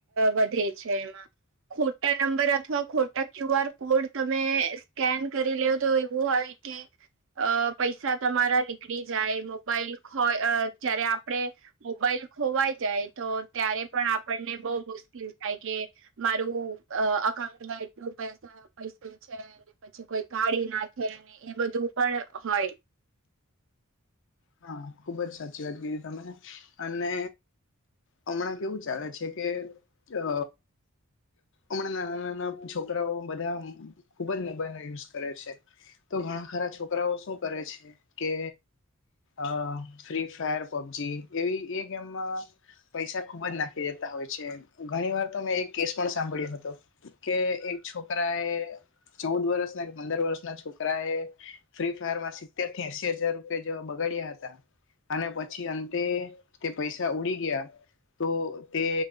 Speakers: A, on the right; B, on the left.
A: વધે છે એમાં ખોટા નંબર અથવા ખોટા ક્યુ આર કોડ તમે સ્કેન કરી લે તો એવું હોય કે અ પૈસા તમારા નીકળી જાય મોબાઈલ ખય જય્યારે આપડણે મોબાઈલ ખોવાઈ જાય તો ત્યારે પણ આપણને બહુ મુશ્કેલ થાય કે એટલું અકાઉન્ટમાં એટલું પસા પૈસે છે <unintelligible> પછી કોઈ કાઢી નાખે એ બધું પણ હોય
B: હા ખુબ જ સાચી વાત ક તને અને હમણાં કેવું છે કે અ હમણાં નાના નાના છોકરાઓ બધા ખુબ જ મોબાઈલ ન યુઝ કરે છે તો ઘણા ખરા છોકરાઓ શું કરે છે કે અ ફ્રી ફાયર પબજી એવી એ ગેમમાં પૈસા ખુબ જ નાખી દેતા હોય છે ઘણી વાર તો મેં એક કેસ પણ સાંભળ્યો હતો કે એક છોકરા એ ચૌદ વર્ષ ના કે પંદર વર્ષ ના છોકરા એ ફ્રી ફાયર માં સિત્તેર થી એસી હજાર રૂપિયા જેવા બગાડ્યા હતા અને પછી અંતે તે પૈસા ઉડી ગયા તો તે